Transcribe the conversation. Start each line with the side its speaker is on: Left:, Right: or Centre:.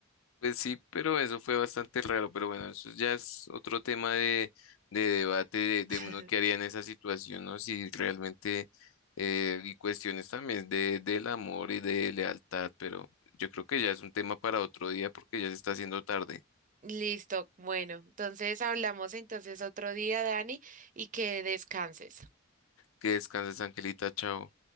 Left: pues sí, pero eso fue bastante raro. Pero bueno, eso ya es otro tema de, de debate de, de
Right: <laughs>
Left: uno que haría en esa situación, ¿no? Si realmente, eh, y cuestiones también de, del amor y de lealtad, pero yo creo que ya es un tema para otro día porque ya se está haciendo tarde.
Right: Listo, bueno, entonces hablamos entonces otro día, Dani, y que descanses.
Left: Que descanses, Angelita, chao.